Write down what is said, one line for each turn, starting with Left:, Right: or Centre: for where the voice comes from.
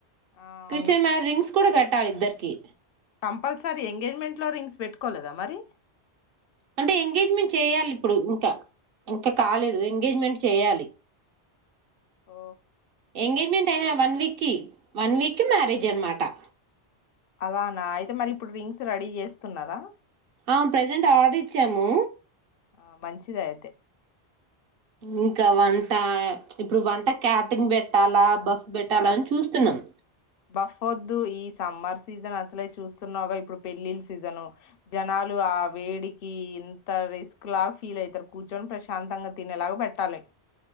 Left: ఆ అవును
Right: క్రిస్టియన్ మ్యాన్ రింగ్స్ కూడా పెట్టాలి ఇద్దరికి
Left: కంపల్సరీ ఎంగేజ్మెంట్ లో రింగ్స్ పెట్టుకోలేదా మరి
Right: అంటే ఎంగేజ్మెంట్ చేయాలి ఇప్పుడు ఇంకా ఇంకా కాలేదు ఎంగేజ్మెంట్ చేయాలి
Left: ఓ
Right: ఎంగేజ్మెంట్ అయినా వన్ వీక్ కి వన్ వీక్ మ్యారేజ్ అనమాటా
Left: అలానా అయితే మరి ఇప్పుడు రింగ్స్ రెడీ చేస్తున్నారా
Right: ఆ ప్రజెంట్ ఆర్డర్ ఇచ్చాము
Left: ఆ మంచేదే అయతే
Right: ఇంకా వంట ఇప్పుడు వంట క్యాటంగ్ పెట్టాలా బస్ పెట్టాలా అని చూస్తున్నాం
Left: బఫోదు ఈ సమ్మర్ సీజన్ అసలే చూస్తున్నావుగా ఇప్పుడు పెళ్ళిళ్ళ సీజను జనాలు ఆ వేడికి ఇంత రిస్క్ లాగా ఫీల్ అయితారు కూర్చొని ప్రశాంతంగా తినేలాగా పెట్టాలి